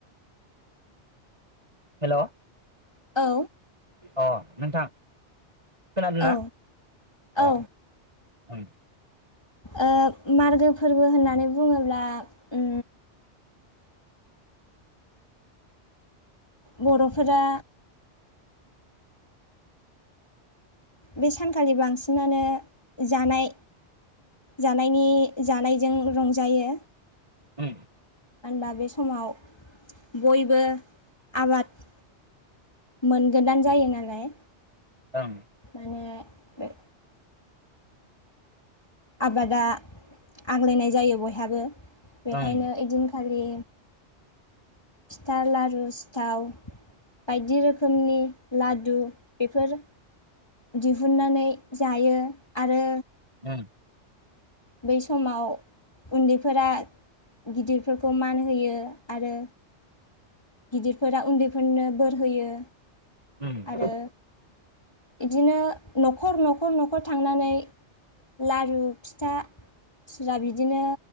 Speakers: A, on the right (about 25°); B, on the left (about 20°).
A: हेल
B: औ
A: अ नोंथां खोनादों
B: औ
A: अ
B: औ
A: ओ
B: ओ मागो फोरबो होननानै बुङोब्ला ओ बरफोरा बे सानखालि बांसिनानो जानाय जानायनि जानायजों रंजायो
A: ओ
B: होनबा बे समाव बयबो आबाद मोनगोदान जायो नालाय
A: ओं
B: माने बे आबादा आग्लायनाय जायो बयहाबो बेखायनो
A: ओं
B: बिदिनो खालि लि फिथा लारु सिथाव बायदि रोखोमनि लादु बेफोर दिहुननानै जायो आरो
A: ओं
B: बै समाव उन्दैफोरा गिदिरफोरखौ मान होयो आरो गिदिरफोरा उन्दैफोरनो बोर होयो
A: ओम
B: आरो
A: ओं
B: बिदिनो नखर नखर नखर थांनानै लारु फिथा सा बिदिनो